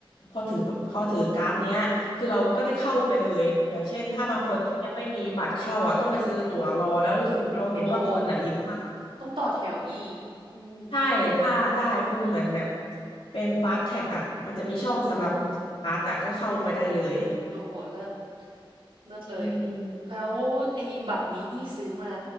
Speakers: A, on the left; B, on the right.
A: พอถือพอถือการ์ดเนี้ยคือเราก็ได้เข้าไปเลยอย่างเช่นถ้าบางคนที่ยังไม่มีบัตรเข้าอ่ะต้องไปซื้อตั๋วรอแล้วรู้สึกเราเห็นว่าคนอ่ะเยอะมาก
B: โอ้ ต้องต่อแถวอีก อืม
A: ใช่ถ้าได้คือมันเหมือนแบบเป็นฟาสแท็กอ่ะมันจะมีช่องสำหรับคนถือการ์ดแต่ก็เข้าไปได้เลย
B: โอ้โหเลิศ เลิศเลย
A: อืม
B: แล้วไอ้บัตรนี้นี่ซื้อมา